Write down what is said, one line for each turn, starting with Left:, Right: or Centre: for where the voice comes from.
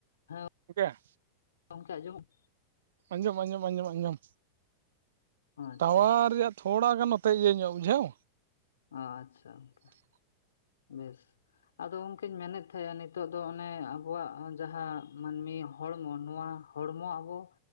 Left: <inaudible> ᱦᱮᱸ
Right: ᱴᱷᱤᱠᱟ. ᱭᱟ,
Left: ᱜᱚᱝᱠᱮ ᱟᱡᱚᱢᱚᱜ
Right: ᱟᱸᱡᱚᱢ ᱟᱸᱡᱚᱢ ᱟᱸᱡᱚᱢ ᱟᱸᱡᱚᱢ
Left: ᱟᱪᱪᱷᱟ
Right: ᱴᱟᱣᱟᱨ ᱨᱮᱭᱟᱜ, ᱛᱷᱚᱲᱟ ᱜᱟᱱ ᱱᱚᱛᱮ ᱤᱭᱟᱹ ᱧᱚᱜ ᱵᱩᱡᱷᱟᱹᱣ᱾
Left: ᱟᱪᱪᱷᱟ᱾ ᱜᱚᱝᱠᱮ
Right: <inaudible>
Left: ᱵᱮᱥ ᱟᱫᱚ ᱚᱱᱠᱟᱹᱧ ᱢᱮᱱᱮᱫ ᱛᱟᱦᱮᱸᱜ ᱱᱤᱛᱚᱜ ᱫᱚ ᱚᱱᱮ ᱟᱵᱚᱣᱟᱜ ᱡᱟᱦᱟᱸ ᱢᱟᱹᱱᱢᱤ ᱦᱚᱲᱢᱚ ᱱᱚᱣᱟ ᱦᱚᱲᱢᱚ ᱟᱵᱚ,